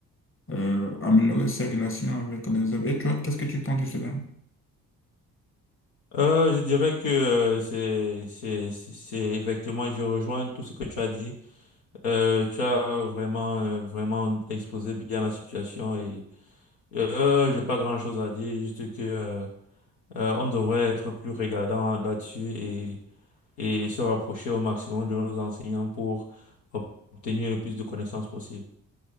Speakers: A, on the left; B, on the left.
A: euh, améliorer ses relations avec les autres. Et toi, qu'est-ce que tu penses de cela?
B: Euh, je dirais que euh, c'est c'est c'est c'est- effectivement je rejoins tout ce que tu as dit. Euh, tu as vraiment euh, vraiment exposé bien la situation et euh, j'ai pas grand-chose à dire juste que euh, euh, on devrait être plus regardant là-dessus et et se rapprocher au maximum de nos enseignants pour ob- obtenir le plus de connaissances possible.